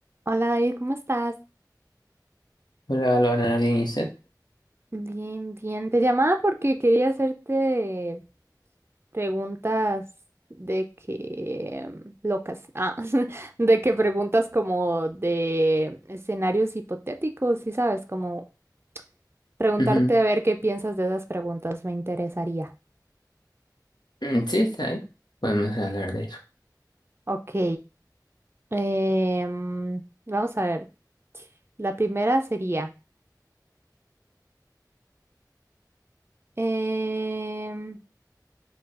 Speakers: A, on the right; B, on the left.
A: Hola David, ¿cómo estás?
B: Hola, lo Nadine y Seth.
A: Bien, bien. Te llamaba porque quería hacerte preguntas de que mm, locas, ah, <laughs> de que preguntas como de escenarios hipotéticos, sí sabes, como preguntarte
B: Ujú.
A: a ver qué piensas de esas preguntas, me interesaría.
B: Mm, Sí, está bien. Podemos hablar de eso.
A: Ok, em, vamos a ver. La primera sería, em,